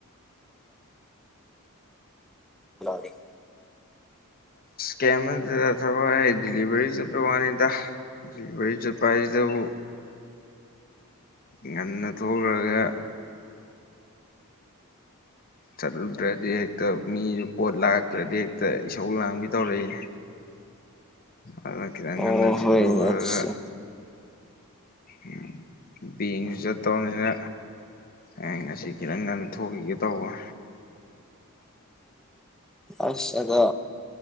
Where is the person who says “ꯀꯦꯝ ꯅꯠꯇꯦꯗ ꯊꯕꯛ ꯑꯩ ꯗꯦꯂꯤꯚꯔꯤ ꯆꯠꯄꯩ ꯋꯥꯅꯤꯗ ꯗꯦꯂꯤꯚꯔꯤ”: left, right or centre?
Left